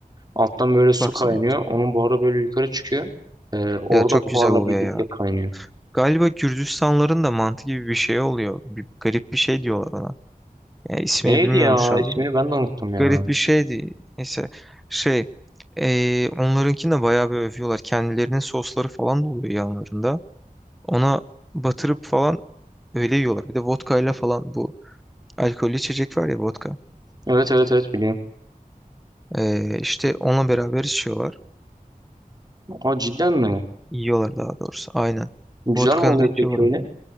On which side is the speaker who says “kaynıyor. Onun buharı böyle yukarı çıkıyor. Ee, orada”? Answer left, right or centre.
Right